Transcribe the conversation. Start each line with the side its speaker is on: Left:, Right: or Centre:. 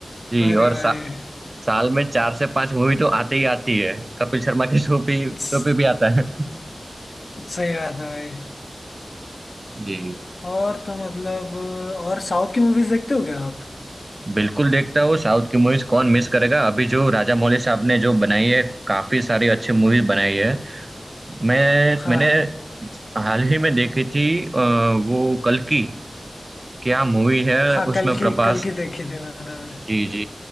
Right: जी
Left: अरे
Right: और
Left: भाई
Right: सा, साल में चार से पांच मूवी तो आती ही आती है कपिल शर्मा के शो पे शो
Left: स-
Right: पे भी आता है <laughs>
Left: सही बात है भाई
Right: जी
Left: और तो मतलब और साउथ की मूवीज देखते हो क्या आप
Right: बिल्कुल देखता हूँ साउथ की मूवीज कौन मिस करेगा अभी जो राजा मौली साहब ने जो बनाई है काफी सारी अच्छी मूवीज बनाई है मैं
Left: हाँ
Right: मैंने हाल ही में देखी थी अ, वो कल्कि क्या मूवी है
Left: हाँ
Right: उसमें
Left: कल
Right: प्रभास
Left: की कल की देखी थी मैंने भी
Right: जी जी